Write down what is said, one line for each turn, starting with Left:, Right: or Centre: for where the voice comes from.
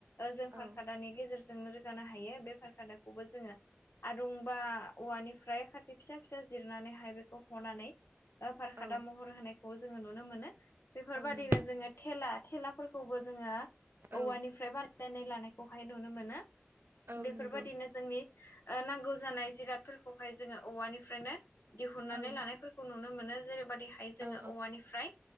Left: जों खारखादानि
Right: औ
Left: गेजेरजों जोंनो रोगानो हायो बेफार खादाखौबो जोङो आरुं बा औवानिफ्राय खाथि फिसा फिसा जिरनानैहाय बेखौ हनानै फारखादा
Right: औ
Left: महर होनायखौ जोङो नुनो मोनो बेफोरबायदिनो
Right: औ नंगौ
Left: जोङो थेला थेलाफोरखौबो जोङो औवानिफ्राय
Right: औ
Left: बानायायनानै लानायखौहाय नुनो मोनो
Right: औ
Left: बेफोरबायदिनो
Right: नंगौ
Left: जोंनि नांगौ जानाय जिरादफोरखौहाय जोङो औवानिफ्रायनो दिहुननानै
Right: औ
Left: लानायफोरखौ नुनो मोनो जेरैबायदिहाय जोङो
Right: औ
Left: औवानिफ्राय